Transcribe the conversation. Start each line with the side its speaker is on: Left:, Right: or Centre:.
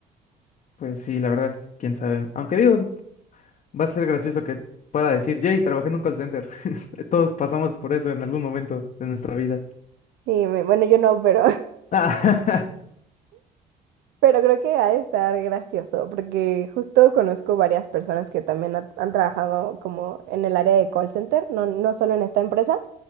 Left: <laughs> pues sí, la verdad, quién sabe. Aunque digo, va a ser gracioso que pueda decir, Jay, trabajé en un call center. <laughs> Todos pasamos por eso en algún momento de nuestra vida.
Right: Dime, bueno, yo no, pero...
Left: Ah,
Right: Pero creo que ha de estar gracioso, porque justo conozco varias personas que también ha- han trabajado como en el área de call center, no, no solo en esta empresa,